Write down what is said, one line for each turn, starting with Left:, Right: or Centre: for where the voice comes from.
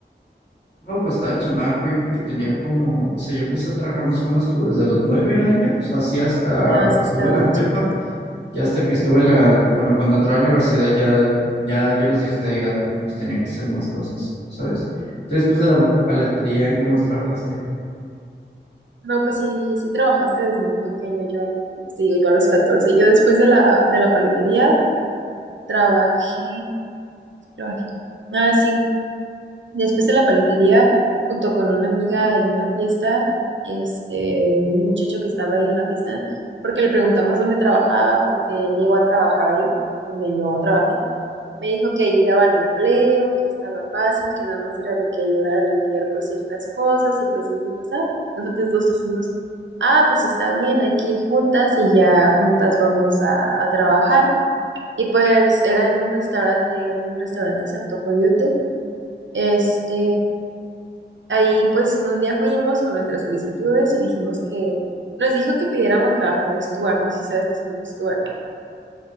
Left: no, pues estaba chamaco, yo creo que tenía como, o sea, yo empecé a trabajar más o menos como desde los nueve años, así hasta
Right: Ah, sí,
Left: que
Right: estabas
Left: estuve en la
Right: más
Left: prepa,
Right: chiquito.
Left: ya hasta que estuve en la, bueno, cuando entré a la universidad ya, ya yo les dejé de ayudar porque pues tenía que hacer más cosas, ¿sabes? Entonces, después de la paletería, ¿en qué más trabajaste?
Right: No, pues sí, sí trabajaste desde muy pequeño. Yo, pues te digo, yo a los catorce, Yo después de la, de la paletería trabajé, trabajé. Ah, sí Después de la paletería, junto con una amiga en una fiesta, este, un muchacho que estaba ahí en la fiesta, porque le preguntamos dónde trabajaba, porque él llegó a trabajar ahí, donde yo trabajé, me dijo que ahí daban empleo, que estaba fácil, que nada más era de que ayudar a limpiar pues ciertas cosas, y pues dijimos, ah, nosotros dos dijimos, ah, pues está bien, hay que ir juntas y ya juntas vamos a, a trabajar. Y pues era en un restaurante, era en un restaurante Santo Coyote. Este, ahí pues un día fuimos con nuestras solicitudes y dijimos que nos dijo que pidiéramos trabajo de Stuart, no sé si sabes qué son los Stuart.